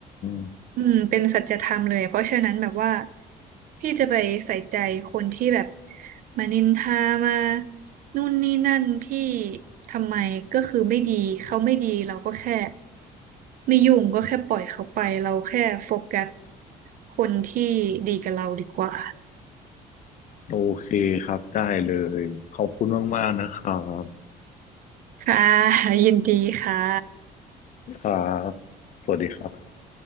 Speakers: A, on the left; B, on the right.
A: ม
B: อืมเป็นสัจธรรมเลยเพราะฉะนั้นแบบว่าพี่จะไปใส่ใจคนที่แบบมานินทามานู่นนี่นั่นพี่ทำไมก็คือไม่ดีเขาไม่ดีเราก็แค่ไม่ยุ่งก็แค่ปล่อยเขาไปเราแค่โฟกัสคนที่ดีกับเราดีกว่า
A: โอเคครับ ได้เลย ขอบคุณมากๆนะครับ
B: ค่ะ <laughs> ยินดีค่ะ
A: ครับสวัสดีครับ